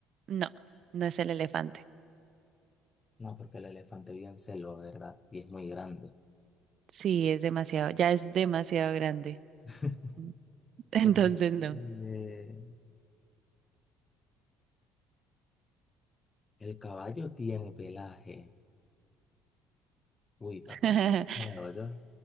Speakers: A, on the right; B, on the left.
A: No, no es el elefante.
B: No, porque el elefante bien celo, ¿verdad? Y es muy grande.
A: Sí, es demasiado, ya es demasiado grande.
B: <laughs>
A: <laughs> Entonces
B: Eh,
A: no.
B: eh, el caballo tiene pelaje. Uy, está complicado,
A: <laughs>
B: ¿ya?